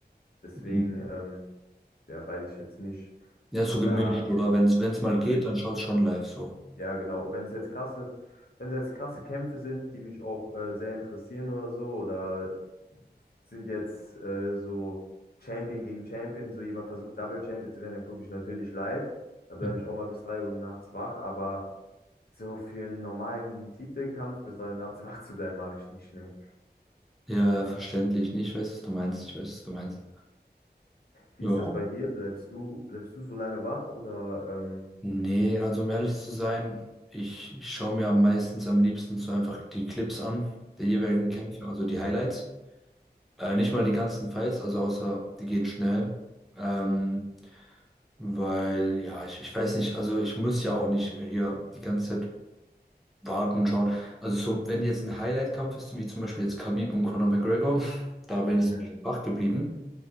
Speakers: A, on the left; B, in the centre.
A: Deswegen,
B: Mhm.
A: ähm, ja, weiß ich jetzt nicht.
B: Ja, so gemischt
A: Da,
B: oder wenn es wenn es mal
A: mh,
B: geht, dann schaust du schon live so.
A: ja, genau, wenn es jetzt krasse, wenn es jetzt krasse Kämpfe sind, die mich auch äh, sehr interessieren oder so, oder sind jetzt äh, so Champion gegen Champion, so jemand versucht Double Champion zu werden, dann gucke ich natürlich live. Dann bleibe
B: Mhm.
A: ich auch mal bis 3 Uhr nachts wach, aber So für einen normalen Titelkampf bis drei Uhr nachts <laughs> wach zu bleiben, mache ich nicht, ne.
B: Ja, verständlich. Nee, ich weiß, was du meinst. Ich weiß, was du meinst.
A: Wie
B: Ja.
A: ist das bei dir? Bleibst du, bleibst du so lange wach oder ähm,
B: Nee, also um ehrlich zu sein, ich schaue mir am meistens am liebsten so einfach die Clips an, der jeweiligen Kämpfe, also die Highlights. Äh, nicht mal die ganzen Fights, also außer die gehen schnell. Ähm, weil, ja, ich, ich weiß nicht, also ich muss ja auch nicht äh, hier die ganze Zeit warten und schauen. Also so, wenn jetzt ein Highlight-Kampf ist, wie zum Beispiel jetzt Khabib und Conor McGregor, <laughs> da bin
A: mhm.
B: ich so wach geblieben.